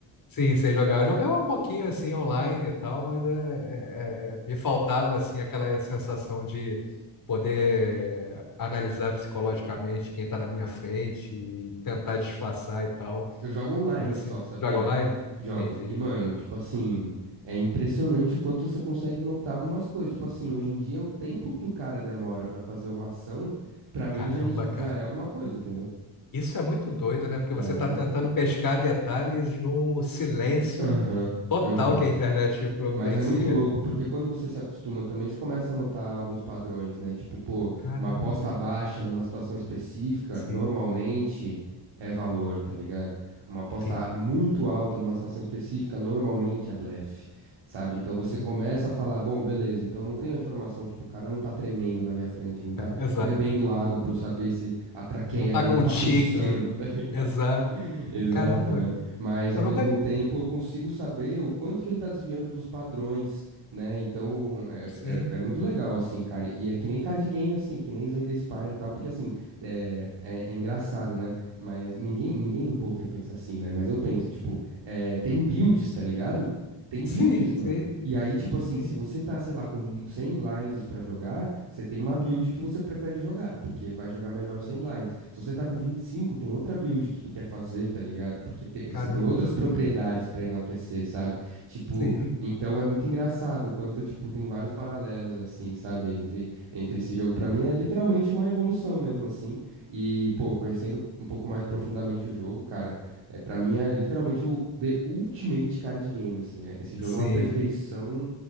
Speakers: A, on the left (about 50°); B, on the right (about 75°).
A: Sim, sei jogar. Eu Jogava um pouquinho assim online e tal, mas é, é- é- me faltava assim aquela sensação de poder analisar psicologicamente quem está na minha frente e tentar disfarçar e tal.
B: Eu jogo online
A: Mas assim,
B: só, sabia?
A: joga online?
B: Jogo.
A: Entendi.
B: E, mano, tipo assim, é impressionante o quanto você consegue notar algumas coisas. Tipo assim, hoje em dia, o tempo que o cara demora pra fazer uma ação, pra mim
A: Caramba,
B: já, indi-
A: cara.
B: já é alguma coisa, entendeu?
A: Isso é muito doido, né? Porque
B: Já
A: você
B: é
A: está
B: alguma
A: tentando
B: coisa.
A: pescar detalhes num silêncio
B: Aham,
A: total
B: aham.
A: que a internet providencia
B: Mas é muito louco,
A: ali.
B: porque quando você se acostuma também, você começa a notar alguns padrões, né? Tipo, pô,
A: Caramba.
B: uma aposta baixa numa situação específica,
A: Sim,
B: normalmente é valor, tá ligado? Uma aposta
A: entendi.
B: muito alta numa situação específica, normalmente é blefe, sabe? Então você
A: Uhum.
B: começa a falar, bom, beleza, então eu não tenho a informação, tipo, o cara não tá tremendo na minha frente, ele não tá
A: Exato.
B: bebendo água pra eu saber se a traqueia
A: Não tá
B: dele
A: com um
B: tá
A: tique.
B: pulsando, <laughs> tá ligado?
A: Exato.
B: Exato,
A: Caramba,
B: né? Mas
A: eu
B: ao mesmo
A: nunca.
B: tempo eu consigo saber o quanto que ele está desviando dos padrões, né? Então
A: Sim,
B: é muito legal, assim, cara. E é que nem card game, assim, que nem Slay the Spire e tal, porque, assim, é, é, é engraçado, né? Mas ninguém, ninguém do poker pensa assim, né? Mas eu penso, tipo, é, tem builds, tá ligado? Tem
A: sim,
B: builds, mano.
A: sim,
B: E aí, tipo assim,
A: sim.
B: se você tá, sei lá, com 100 blinds pra jogar, você tem uma build que você prefere jogar, porque vai jogar melhor os 100 blinds. Se você tá com 25, tem outra build que tu quer fazer, tá ligado? Porque te-
A: Caramba,
B: você tem outras propriedades pra enaltecer, sabe? Tipo,
A: sim,
B: então é muito engraçado quanto, tipo, tem vários paralelos, assim, sabe? Entre, entre esse jogo. Pra mim é literalmente uma evolução mesmo, assim. E, pô, conhecendo um pouco mais profundamente o jogo, cara, é, para mim é literalmente o The Ultimate Card Game, assim. É- esse jogo
A: sim.
B: é uma perfeição